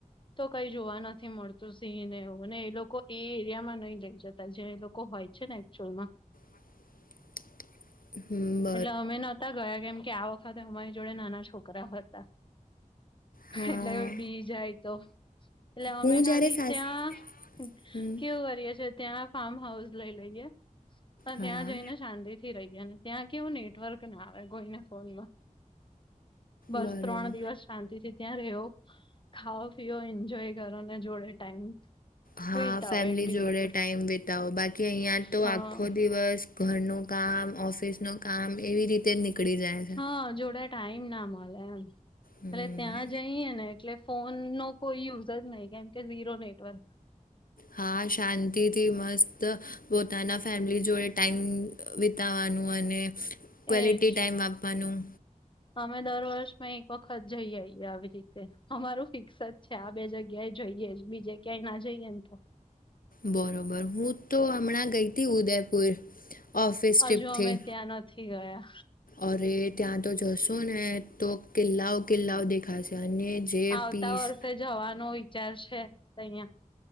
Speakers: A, on the left; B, on the left.
A: તો કઈ જોવા નથી મળતું સિંહ ને એવુંને એ લોકો એ એરિયા માં નહી લઈ જતા જે એ લોકો હોય. છે ને એકક્ચુઅલમાં.
B: <unintelligible> હમ્મ.
A: એટલે અમે નહોતા ગયા કેમ કે આ વખતે અમારી જોડે નાના છોકરા હતા.
B: હા
A: એટલે હવે બી જાય તો. એટલે અમે
B: હું જ્યારે
A: ખાલી
B: સાસ
A: ત્યાં
B: હમ
A: કેવું કરીએ છીએ. ત્યાં ફાર્મ હાઉસ લઈ લઈએ પણ
B: હા
A: ત્યાં જઈને શાંતિ થી રહીએ ને ત્યાં કેવું નેટવર્ક ના આવે કોઈને ફોનમાં બસ
B: બરોબર
A: ત્રણ દિવસ શાંતિથી ત્યાં રેહવો ખાઓ પીઓ એન્જોય કરો ને જોડે ટાઈમ
B: હા
A: વિતાવો
B: ફેમિલી
A: એકબીજા
B: જોડે ટાઈમ વિતાવો બાકી અહીયાં તો
A: હા
B: આખો દિવસ ઘરનું કામ ઓફિસનું કામ એવી રીતે જ નીકળી જાય છે
A: હા જોડે ટાઈમ ના મળે એમ
B: હમ
A: એટલે ત્યાં જઈએ ને એટલે ફોન નો કોઈ યુઝ જ નહી કેમ કે ઝીરો નેટવર્ક
B: હા શાંતિથી મસ્ત પોતાના ફેમિલી જોડે ટાઈમ વિતાવાનું અને ક્વોલિટી
A: એજ
B: ટાઈમ આપવાનું
A: અમે દર વર્ષમાં એક વખત જઈ આવીએ આવી રીતે અમારું ફિક્સ જ છે આ બે જગ્યા એ જઈએ બીજે ક્યાંય ના જઈએ ને તો
B: બરોબર હું તો હમણાં ગઈ હતી ઉદયપુર ઓફિસ
A: હજુ
B: ટ્રીપથી
A: અમે ત્યાં નથી ગયા
B: અરે ત્યાં તો જશો ને તો કિલ્લાઓ કિલ્લાઓ દેખાશે અને જે
A: આવતા
B: પીસ
A: વર્ષે જવાનો વિચાર છે ત્યાં